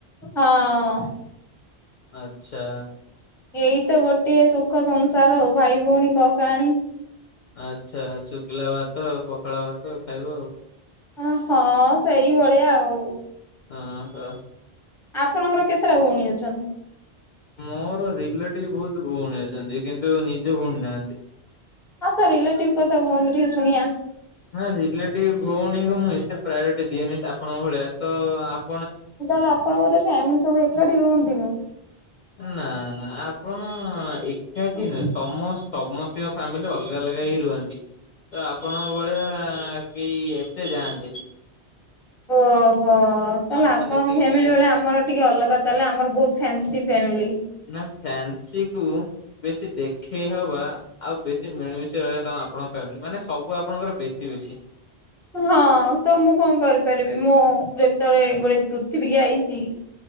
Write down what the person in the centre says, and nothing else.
ହଁ
ଏଇ ତ ଗୋଟେ ସୁଖ ସଂସାର ଆଉ ଭାଇ ଭଉଣୀ କହ କାହାଣୀ।
ଆ ହଁ ସେଇଭଳିଆ ଆଉ।
ଆପଣଙ୍କର କେତେଟା ଭଉଣୀ ଅଛନ୍ତି?
ହଁ ତ ରିଲେଟିଭ କଥା କୁହନ୍ତୁ ଟିକେ ଶୁଣିଆ।
ତାହେଲେ ଆପଣ ବୋଧେ ଫ୍ୟାମିଲି ସବୁ ଏକାଠି ରୁହନ୍ତିନି?
ଓହୋ
ଓହୋ। ତାହେଲେ
ଆପଣଙ୍କ
ଫ୍ୟାମିଲି ଭଳିଆ ଆମର ଟିକେ ଅଲଗା ତାହେଲେ ଆମର ବହୁତ ଫ୍ୟାନ୍ସି ଫ୍ୟାମିଲି।
ହଁ ତ ମୁଁ କଣ କରିପାରିବି ମୁଁ ଯେତେବେଳେ ଗୋଟେ ପୃଥିବୀକୁ ଆଇଛି